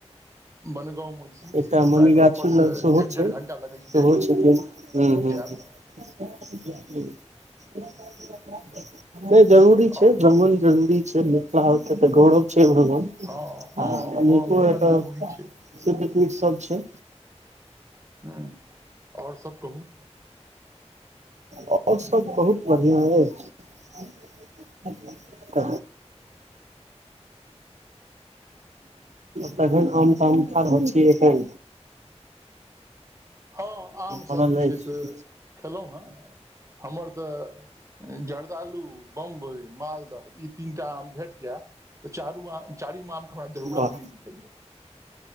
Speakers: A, on the right (about 25°); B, on the right (about 85°).
A: बनल महिसि
B: एकटा
A: हमरा
B: मणिगाछी
A: घर पर से
B: लग सेहो
A: एक
B: छै
A: डेर् घण्टा लगै छै
B: सेहो
A: जाइ मे
B: छथिन हूँ हूँ
A: जैब
B: <unintelligible> नहि जरूरी छै
A: आओर कहू
B: भ्रमण जरूरी छै ले नहाउ तऽ त गौरब छै हयरो मे
A: हँ हँ
B: आ
A: हँ
B: निको
A: भ्रमण
B: एत चित्रकुट
A: जरूरी छै
B: सब छै
A: ह्म और सब कहू
B: और सब बहुत बढ़ियाँ अछि <inaudible> तहैन आम ताम खाँ रहल छि एखन
A: हँ आमसब
B: बनल
A: जे छै
B: अछि
A: से खेलौ हे हमर तऽ जर्दालु बम्बई मालदह ई तीनटा आम भेट जाय तऽ चारू आम चारीम आम के हमरा जरूरत
B: वाह
A: नहि बुझाइया